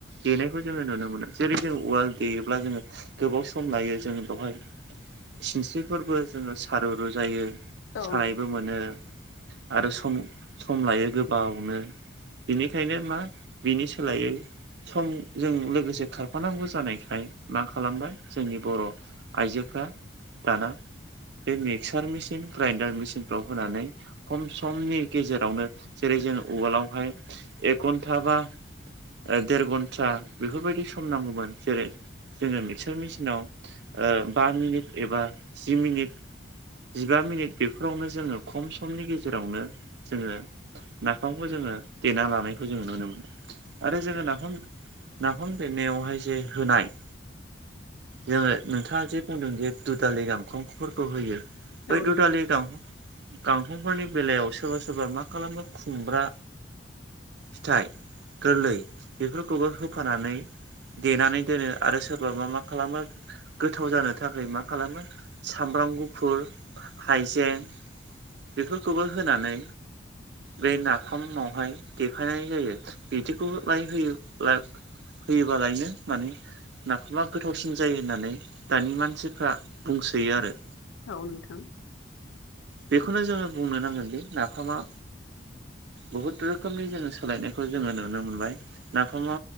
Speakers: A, on the right; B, on the left.
A: देनायखौ जोङो नुनो मोनो जेरै जों उआल देयोब्ला जोङो गोबाव सम लायो जों बावहाय सिनस्रिफोरबो जोङो सारु रु जायो
B: औ
A: सानायबो मोनो आरो सम सम लायो गोबावनो बिनिखायनो मा बिनि सोलायै सम जों लोगोसे खारफानांगौ जानायखाय मा खालामबाय जोंनि बर' आइजोफ्रा दाना बे मिक्सार मेचिन ग्राइडार मिेचिनफ्राव होनानै खम समनि गेजेरावनो जेरै जों उवालावहाय एक घन्टा बा ओ देर घन्टा बेफोरबायदि सम नांगौमोन जेरै जोङो मिक्सार मेचिनाव ओ बा मिनिट एबा जि मिनिट जिबा मिनिट बेफोरावनो जोङो खम समनि गेजेरावनो जोङो नाफामखौ जोङो देना लानायखौ जोङो नुनो मोनो आरो जोङो नाफाम नाफाम देनायावहाय जे होनाय जोङो नोंथाङा जे बुंदों जे दुदालि गांखांफोरखौ होयो
B: नोंथां
A: बै
B: औ नोंथां औ नोंथां
A: दुदालि
B: औ नोंथां औ
A: गां गांखंफोरनि बेलायाव सोरबा सोरबा मा खालामो खुमब्रा फिथाइ गोरलै बेफोरखौबो होफानानै देनानै दोनो आरो सोरबा मा मा खालामो गोथाव जानो थाखाय मा खालामो सामब्राम गुफुर हाइजें बेफोरखौबो होनानै बे नाफामावहाय देखायनाय जायो बिदिखौ लाय होयोब्ला होयोबालायनो माने नाखौबा गोथावसिन जायो होननानै दानि मानसिफ्रा बुंसोयो आरो
B: औ नोंथां
A: बेखौनो जोङो बुंनो नांगोनदि नाफामा बहुत रोखोमनि जोङो सोलायनायखौ जोङो नुनो मोनबाय नाफामा